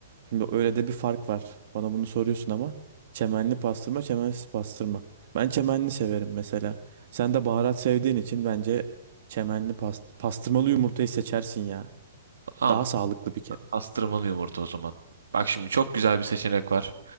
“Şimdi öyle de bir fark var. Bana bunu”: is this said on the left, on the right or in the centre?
Right